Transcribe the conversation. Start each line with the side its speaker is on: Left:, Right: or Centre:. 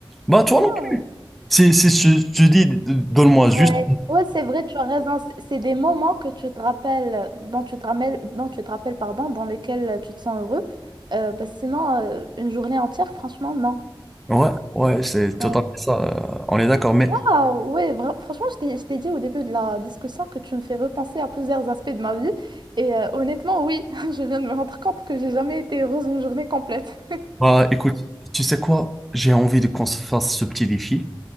Centre: Bah, toi,
Right: Wow.
Centre: non. Si, si je te dis, donne-moi juste
Right: Ouais, ouais, c'est vrai, tu as raison. C'est c'est des moments que tu te rappelles, dont tu te ramènes- dont tu te rappelles, pardon, dans lesquels euh, tu te sens heureux. Euh, bah, sinon, euh, une journée entière, franchement, non.
Centre: Ouais, ouais, c'est totalement
Right: Ouais.
Centre: ça. euh, On est d'accord. Mais
Right: Waouh, ouais, vra- franchement, je t'ai je t'ai dit au début de la discussion que tu me fais repenser à plusieurs aspects de ma vie. Et euh, honnêtement, oui, <laughs> je viens de me rendre compte que j'ai jamais été heureuse une journée complète.
Centre: bah, écoute, tu sais quoi? J'ai envie de qu'on se fasse ce petit défi.